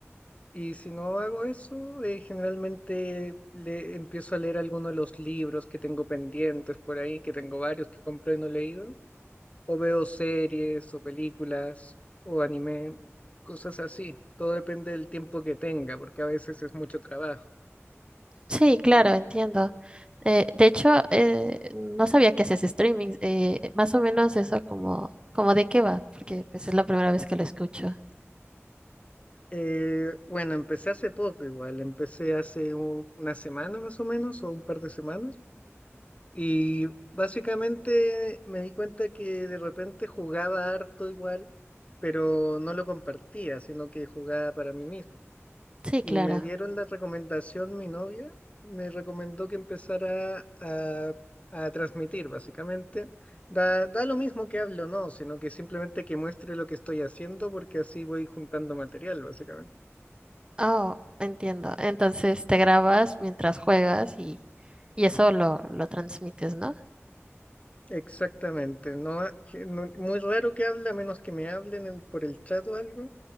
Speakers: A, on the left; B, on the right.
A: Y si no hago eso, eh, generalmente le empiezo a leer algunos de los libros que tengo pendientes por ahí, que tengo varios que compré y no he leído o veo series o películas o anime, cosas así. Todo depende del tiempo que tenga, porque a veces es mucho trabajo.
B: Sí, claro, entiendo. Eh, de hecho, eh, no sabía que haces streaming. eh, más o menos eso como, como de qué va, porque pues es la primera vez que lo escucho.
A: Eh, bueno, empecé hace poco igual, empecé hace u- una semana más o menos, o un par de semanas, y básicamente me di cuenta que de repente jugaba harto igual, pero no lo compartía, sino que jugaba para mí mismo.
B: Sí, claro.
A: Y me dieron la recomendación, mi novia me recomendó que empezara a, a transmitir, básicamente. Da, da lo mismo que hable o no, sino que simplemente que muestre lo que estoy haciendo, porque así voy juntando material, básicamente.
B: Oh, entiendo. Entonces te grabas mientras juegas y, y eso lo, lo transmites, ¿no?
A: Exactamente. No, ha- que no- muy raro que hable, a menos que me hablen en- por el chat o algo.